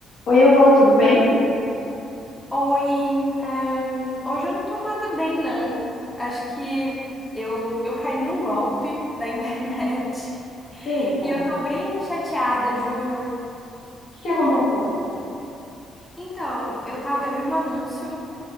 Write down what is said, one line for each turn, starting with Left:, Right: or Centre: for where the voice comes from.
Left: Oi, Elô, tudo bem?
Centre: Oi, ahn, hoje eu não tô nada bem, não. Acho que eu, eu caí num golpe da internet <laughs>
Left: Eita,
Centre: e eu
Left: o
Centre: tô bem chateada, juro.
Left: que que aconteceu?
Centre: Então, eu tava, eu vi um anúncio